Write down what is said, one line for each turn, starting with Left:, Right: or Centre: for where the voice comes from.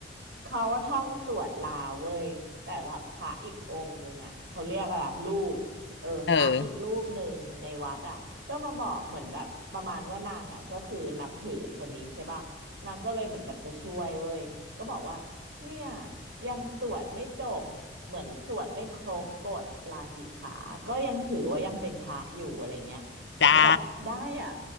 Right: เขาว่าท่องสวดลาเว้ยแต่แบบพระอีกองค์หนึ่งอ่ะเขาเรียกอะไรรูปเออพระอีกรูปหนึ่งในวัดอ่ะก็มาบอกเหมือนแบบประมาณว่านางอ่ะก็คือนับถือคนนี้ใช่ป่ะนางก็เลยเหมือนแบบจะช่วยเว้ยก็บอกว่าเนี่ย
Left: เออ
Right: ยังสวดไม่จบเหมือนสวดไม่ครบบทลาสิกขาก็ยังถือว่ายังเป็นพระอยู่อะไรเงี้ยฉันก็แบบได้อ่ะ
Left: จ้า